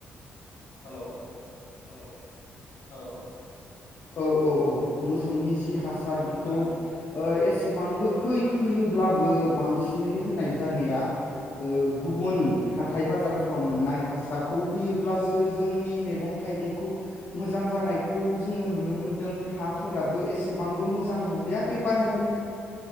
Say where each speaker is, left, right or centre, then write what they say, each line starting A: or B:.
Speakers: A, on the left (about 70°); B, on the left (about 50°).
A: हेल'
B: हेल'
A: हेल'
B: औ औ-औ मोसौनि जि हासार
A: औ
B: बिखौ
A: खोनादों
B: ओ एसे बां हो हो योब्लाबो बांसि होनाय जालिया ओ गुबुन
A: उम
B: हाथाय बाजार फाव मोननाय हासारखौ होयोब्लासो जोंनि मैगं थाइगंखौ मोजां जानायखौ जोङो नुनो मोनदों हाफोराबो एसेबांबो मोजां नंलिया बे बाहेरनि